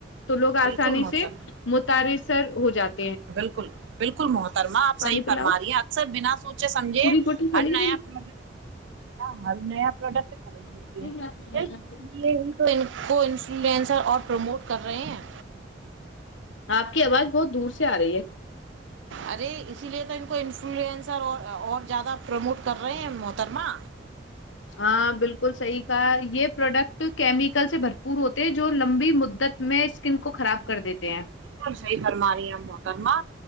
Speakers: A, on the left; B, on the right.
A: تو لوگ آسانی
B: بالکل محترمہ
A: سے ار سر ہو جاتا
B: بالکل بالکل محترمہ آپ
A: پانی
B: صحیح
A: پلاؤ
B: فرما رہی ہیں اکثر بنا اچھا سمجھے
A: پوری بوٹل خالی
B: ہر
A: کرے
B: نیا
A: گی
B: پروڈٹ کیا مال نیا پروڈکٹ
A: <inaudible>
B: خرید لیتی ہے صرف اس لیے ہی ان کو انفلوئنسر اور پروموٹ کر رہے ہیں
A: آپ کی آواز بہت دور سے آ رہی ہے
B: ارے اسی لیے تو ان کو انفلوئنسر اور اور زیادہ پروموٹ کر رہے ہیں محترمہ
A: ہاں بالکل صحیح کا یہ پروڈکٹ کیمیکل سے بھرپور ہوتا جو لمبی مدت میں ن کو خراب کر دیتے ہیں
B: بالکل صحیح فرما رہی ہیں محترما